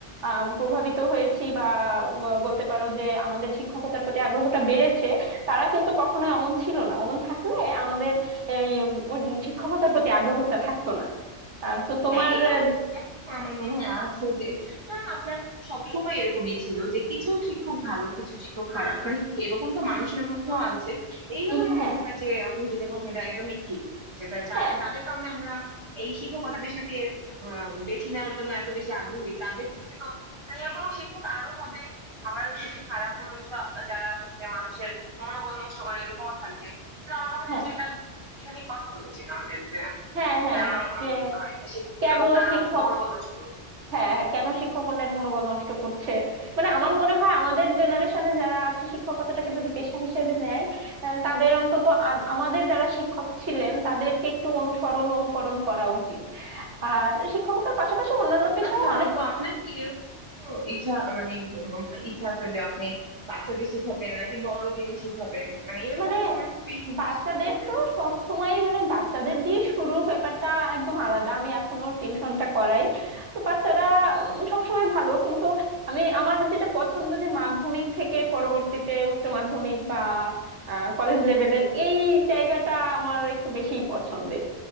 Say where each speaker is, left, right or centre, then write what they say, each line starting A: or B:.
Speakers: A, on the right (about 80°); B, on the right (about 35°).
A: আম, প্রভাবিত হয়েছি বা ব- বলতে পারো যে আমাদের শিক্ষকতার প্রতি আগ্রহটা বেড়েছে তারা কিন্তু কখনোই অমন ছিল না অমন থাকলে আমাদের এই উম, উম, শিক্ষকতার প্রতি আগ্রহটা থাকতো না আহ, তো তোমার
B: হ্যাঁ এটা
A: আহ,
B: আসলে এখন আমার মনে হয় আছে যে ধরেন আপনার সবসময় এরকমই ছিল যে কিছু শিক্ষক ভালো কিছু শিক্ষক খারাপ মানে এরকম তো মানুষের মধ্যেও আছে এই জন্য
A: উম,
B: আমার
A: হ্যাঁ
B: মনে হয় যে আপনি যেটা বলছেন এটা একদমই ঠিক যেটা যার
A: হ্যাঁ
B: যাদের কারণে আমরা এই শিক্ষকতা পেশাকে আহ, বেছে নেওয়ার জন্য এত বেশি আগ্রহী তাদের জন্য তো মানে এরকম শিক্ষক আরো হবে আবার কিছু খারাপ মানুষ যারা হচ্ছে মানুষের মনোবল নষ্ট করে এরকমও থাকবে কিন্তু আমার মনে
A: হ্যাঁ
B: হয় যে এটা এখানে কথা বলা উচিত আমাদের যে
A: হ্যাঁ
B: উম,
A: হ্যাঁ
B: কেন উম,
A: যে
B: আহ, একটা শিক্ষক
A: কেন
B: এরকম কারো
A: শিক্ষক
B: মনোবল নষ্ট করবে
A: হ্যাঁ হ্যাঁ, কেন শিক্ষকগণের মনোবল নষ্ট করছে মানে আমার মনে হয় আমাদের জেনারেশনে যারা আছে শিক্ষকতাটাকে যদি পেশা হিসেবে নেয় আহ, তাদের অন্তত আ- আমাদের যারা শিক্ষক ছিলেন তাদেরকে একটু অনুসরণ অনুকরণ করা উচিত আর শিক্ষকতার পাশাপাশি অন্যান্য পেশাও
B: আচ্ছা তো আপনার কি এরকম কোনো ইচ্ছা মানে উম, ইচ্ছা আছে যে আপনি বাচ্চাদের শিখাবেন নাকি বড়দের শিখাবেন মানে এরকম
A: মানে
B: কোন স্পেসিফিক
A: বাচ্চাদের
B: শিক্ষকতার
A: তো
B: ইচ্ছা
A: সব
B: আছে
A: সময় মানে বাচ্চাদের দিয়ে শুরু ব্যাপারটা একদম আলাদা আমি এখনো টিউশনটা করাই তো বাচ্চারা সব সময় ভালো কিন্তু আমি আমার যেটা পছন্দ যে মাধ্যমিক থেকে পরবর্তীতে উচ্চ মাধ্যমিক বা কলেজ লেভেলের এই জায়গাটা আমার একটু বেশি পছন্দের